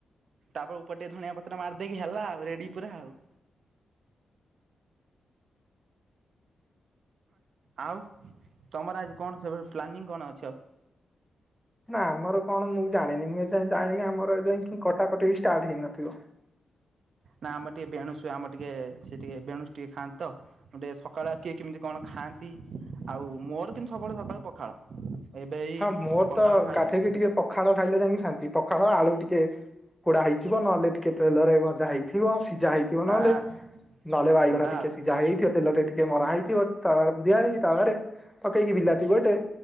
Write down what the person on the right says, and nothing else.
ତାପରେ ଉପର ଟିକେ ଧଣିଆ ପତ୍ର ମାରିଦେଇକି ହେଲା ଆଉ ରେଡି ପୁରା ଆଉ। ଆଉ ତମର ଆଜି କଣ ସେ ପ୍ଲାନିଂ କଣ ଅଛି ଆଉ?
ନା ଆମେ ଟିକେ ବେଣୁସୁ ଆମର ଟିକେ ସେ ଟିକେ ବେଣୁସ ଟିକେ ଖାଆନ୍ତି ତ। ଗୋଟେ ସକାଳ କିଏ କିମିତି କଣ ଖାଆନ୍ତି ଆଉ ମୋ ଲେକିନ ସବୁବେଳେ ସକାଳୁ ପଖାଳ ଏବେଇ
ପଖାଳ
ଖାଇବି
ବାସ୍
ହେଲା
ଆଉ